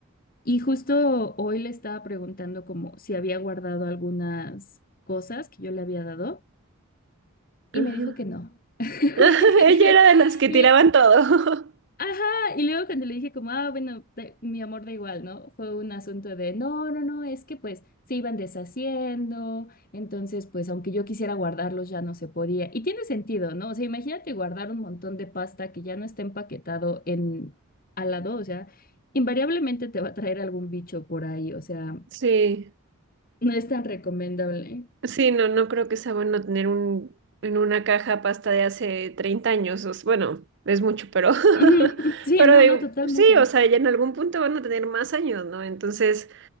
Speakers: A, on the left (about 40°); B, on the right (about 55°).
A: y justo hoy le estaba preguntando como si había guardado algunas cosas que yo le había dado
B: ajá.
A: y me dijo que no. <laughs>
B: <laughs>
A: Dijo,
B: Ella era de las que
A: y-
B: tiraban todo.
A: ajá, y luego cuando le dije como, ah, bueno, da- mi amor da igual, ¿no? Fue un asunto de, no, no, no, es que pues se iban deshaciendo, entonces pues aunque yo quisiera guardarlos ya no se podía. Y tiene sentido, ¿no? O sea, imagínate guardar un montón de pasta que ya no está empaquetado en al lado, o sea, invariablemente te va a traer algún bicho por ahí, o sea...
B: <laughs> Sí.
A: No es tan recomendable.
B: Sí, no, no creo que sea bueno tener un, en una caja pasta de hace 30 años. o s- bueno, es mucho, pero, <laughs>
A: <laughs> Ujú. Sí,
B: pero
A: no,
B: digo,
A: no, totalmente.
B: pues sí, o sea, ya en algún punto van a tener más años, ¿no? Entonces,